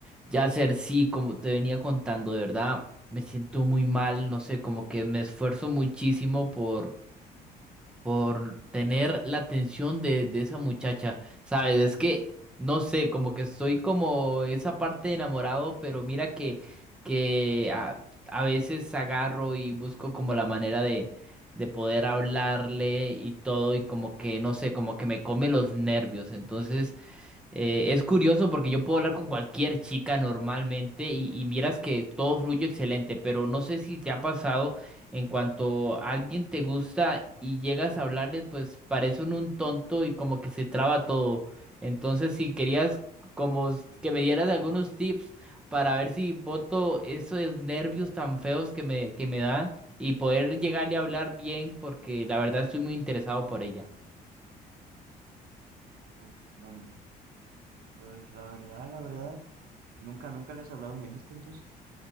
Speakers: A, in the centre; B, on the right.
A: Ya ser sí, como te venía contando, de verdad me siento muy mal, no sé, como que me esfuerzo muchísimo por, por tener la atención de, de esa muchacha, ¿sabes? Es que, no sé, como que estoy como esa parte de enamorado, pero mira que, que a, a veces agarro y busco como la manera de, de poder hablarle y todo, y como que, no sé, como que me come los nervios, entonces... Eh, es curioso porque yo puedo hablar con cualquier chica normalmente y, y miras que todo fluye excelente, pero no sé si te ha pasado en cuanto a alguien te gusta y llegas a hablarle, pues parece uno un tonto y como que se traba todo. Entonces, si querías como s- que me dieras algunos tips para ver si boto esos nervios tan feos que me, que me dan y poder llegarle a hablar bien porque la verdad estoy muy interesado por ella.
B: Uf, no, hombre. Pues la verdad, la verdad, nunca, nunca les has hablado, me dijiste entonces.